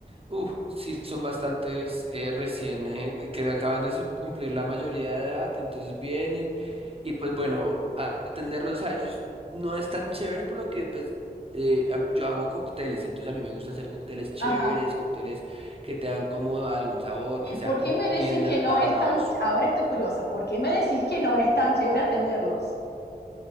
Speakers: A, on the right; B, on the left.
A: uff, sí son bastantes eh, recién eh, que acaban de su- cumplir la mayoría de edad, entonces vienen y pues bueno, a- atenderlos a ellos no es tan chévere por lo que pues eh, a- yo hago cócteles, entonces a mí me gusta hacer cócteles chéveres,
B: Ajá.
A: cócteles que te dan como algún sabor,
B: ¿Y
A: que sean
B: por
A: como
B: qué me decís
A: bien elaborados,
B: que no es tan, ahora estoy curiosa, ¿por qué me decís que no es tan chévere atenderlos?